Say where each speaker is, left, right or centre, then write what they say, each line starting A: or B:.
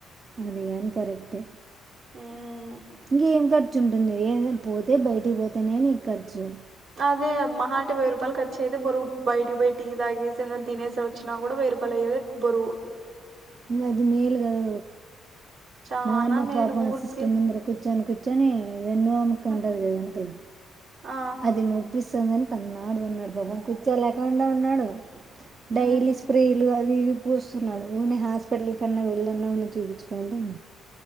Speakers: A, on the right (about 45°); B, on the right (about 70°).
A: అది గాని కరెక్ట్ఎ
B: ఊమ్
A: ఇంకేం ఖర్చు ఉంటుంది ఏద పోతే బయటికి పోతేనే నీకు ఖర్చు
B: అదే మహ అంటే వెయ్యి రపాయలు ఖర్చ్ అయితే బరువు బయటికి ఓయ్ టీ తాగేసి ఏందన్నా తినేసి వచ్చినా కూడా వేయ్యిరూపాయలయ్యే దే బరువు
A: ఇంగ అది మేలు కదు
B: చానా
A: మా అన్నకి
B: మేలు
A: పాపమ్
B: ఊరికే
A: సిస్టమ్ ముందర కూర్చోని కూచ్ కూర్చొని వెన్ను అమ్మక
B: ఆ
A: ఉంటుంది కదా వెనకల
B: ఆ
A: అది నొప్పిస్తుందని తనకలాడుతున్నాడు పాపం కూర్చో లేకుండా ఉన్నాడు
B: ఉమ్
A: డైలీ స్ప్రేలుగావి తిరిగి పూస్తున్నాడు ఊ నే హాస్పిటల్ కన్నా వెళ్ళనుని చూపించుకోండి